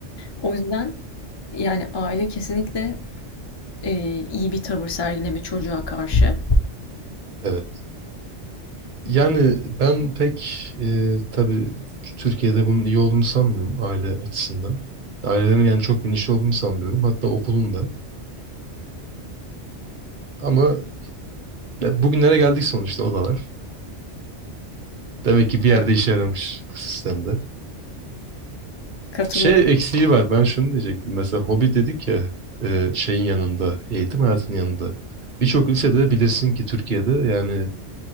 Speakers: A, on the left; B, on the right.
A: O yüzden yani aile kesinlikle e, iyi bir tavır sergileme çocuğa karşı.
B: Evet. Yani ben pek e, tabii Türkiye'de bunun iyi olduğunu sanmıyorum aile açısından. Ailelerin yani çok bilinçli olduğunu sanmıyorum. Hatta okulun da. Ama ya bugünlere geldik sonuçta o da var. Demek ki bir yerde
A: Evet.
B: işe yaramış bu sistemde.
A: Katılıyorum.
B: Şey eksiği var. Ben şunu diyecektim. Mesela hobi dedik ya e, şeyin yanında, eğitim hayatının yanında. Birçok lisede bilirsin ki Türkiye'de yani